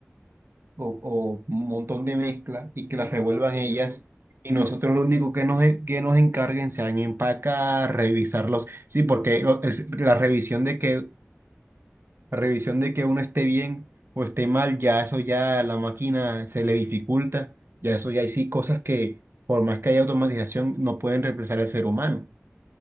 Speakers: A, on the right (about 55°); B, on the right (about 25°).
A: o, o un montón de mezcla y
B: y
A: que las
B: no
A: revuelvan
B: lo hago
A: ellas.
B: yo.
A: Y nosotros lo único que nos, en- que nos encarguen sean empacar, revisarlos. Sí, porque lo- es- la revisión de que, la revisión de que uno esté bien o esté mal, ya eso ya a la máquina se le dificulta. Ya eso ya hay sí cosas que, por más que haya automatización, no pueden reemplazar al ser humano.